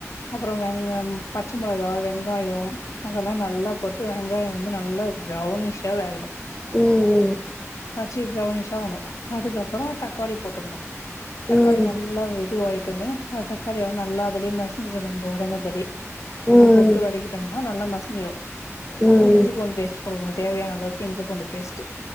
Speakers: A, on the left; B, on the left.
A: அப்பறோ வெங்காய்ம் பச்ச மொளகா வெங்காயோ அதெல்லா நல்லா போட்டு வெங்காயோ வந்து நல்லா ப்ரௌனிஷ்ஷா வேகணு
B: உம் உம்
A: ஆச்சி ப்ரௌனிஷாவணு அதுக்கப்பறோ தக்காளி போட்டுர்ணு தக்காளி
B: ம்
A: நல்லா வெதுவாய் ட்டுனே அது தக்காளி எல்லா நல்லா அதுலே மசிஞ்சிரு நம்போ வதங்கர்தலே உப்பு
B: ம்
A: போட்டு வதக்கிட்டம்னா நல்லா ம சிஞ்சுரு
B: ம்
A: அப்றோ இஞ்சி பூண்ட் பேஸ்ட் போட <unintelligible> தேவையான அளவுக்கு இஞ்சி பூண்டு பேஸ்ட்